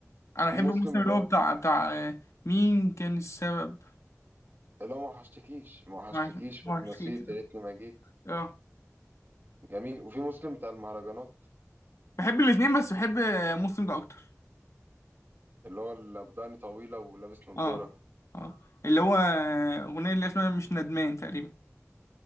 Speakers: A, on the left; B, on the right.
A: أنا
B: في
A: بحب
B: مسلم
A: المسلم
B: اللي
A: اللي هو
B: هو
A: بتاع بتاع آه، مين كان السبب
B: لا ما وحشتكيش ما وحشتكيش
A: ما معرفش
B: واتنسيت يا ريتني ما جيت
A: اه
B: جميل وفي مسلم بتاع المهرجانات
A: بحب الاتنين بس بحب آه، مسلم ده أكتر
B: اللي هو اللي بدقني طويلة ولابس نضارة
A: اه اه اللي هو آه، أغنية اللي اسمها مش ندمان تقريبا